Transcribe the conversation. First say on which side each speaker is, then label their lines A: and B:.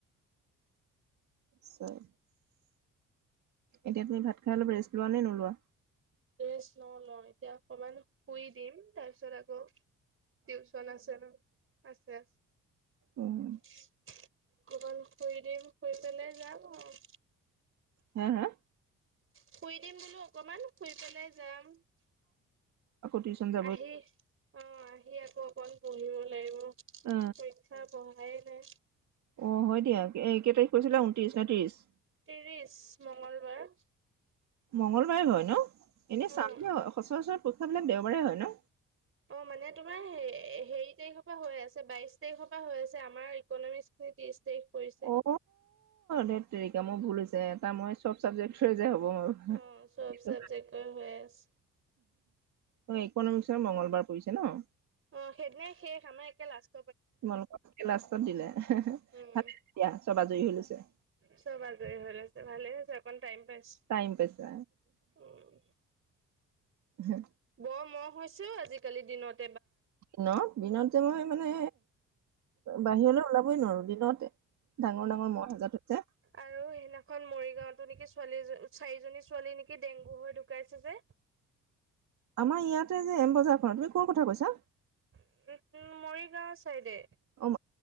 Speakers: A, on the right (about 70°); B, on the right (about 45°).
A: নিশ্চয়, এতিয়া তুমি ভাত খাই অলপ ৰেষ্ট লোৱা নে নোলোৱা?
B: ৰেষ্ট লও লও এতিয়া অকমান শুই দিম, তাৰপিছত আকৌ টিউচন আছে ন আছে আছে।
A: উম
B: অকমান শুই দিম, শুই পেলাই যাম আৰু।
A: হা হা?
B: শুই দিম বোলো অকমান। শুই পেলাই যাম
A: আকৌ টিউচন যাবই
B: আহি অ', আহি আকৌ অকণ পঢ়িব লাগিব,
A: অ
B: পৰীক্ষা পঢ়াই নাই।
A: অ', হয় দিয়া এই কেই তাৰিখ কৰিছিলা ঊনত্ৰিশ নে ত্ৰিশ?
B: ত্ৰিশ মংগলবাৰ।
A: মংগলবাৰে হয় ন,
B: অ'।
A: এনে চাম সচৰাচৰ পৰীক্ষাবিলাক দেওবাৰে হয় ন।
B: অ', মানে তোমাৰ হেই হেৰি তাৰিখৰ পৰা হৈ আছে বাইশ তাৰিখৰ পৰা হৈ আছে আমাৰ ইকনমিকচখিনি ত্ৰিশ তাৰিখ পৰিছে
A: অ', ধেত তেৰিকা মোৰ ভুল হৈছে এ তাৰ মই চব চাবজেক্টৰ যে হ'ব। মোৰ
B: অ', চব
A: সেইটো
B: চাবজেক্টৰ হৈ আছে।
A: অ', ইকনমিক্সৰ মংগলবাৰ পৰিছে ন?
B: অ', সেইদিনাই শেষ আমাৰ একে লাষ্ট
A: তোমালোকক লাষ্টত দিলে,
B: উম,
A: ভাল দিয়া চব আজৰি হৈ লৈছে।
B: চব আজৰি হৈ আছে, ভালে হৈছে অকণ টাইম পাইছোঁ
A: টাইম পাইছা
B: উম। উম।
A: হা!
B: বৰ মহ হৈছেও আজিকালি দিনত।
A: দিনত দিনত যে মই মানে বাহিৰলৈ ওলাবই নোৱাৰো দিনত ডাঙৰ ডাঙৰ মহ এজাক ধৰিছে
B: আৰু সেইদিনাখন মৰিগাঁওতো নেকি ছোৱালী চাৰিজনী ছোৱালী নেকি কি ডেংগু হৈ ঢুকাইছে যে।
A: আমাৰ ইয়াতে যে এমবজাৰখনত তুমি কৰ কথা কৈছা?
B: উম, মৰিগাঁও চাইডে
A: অ',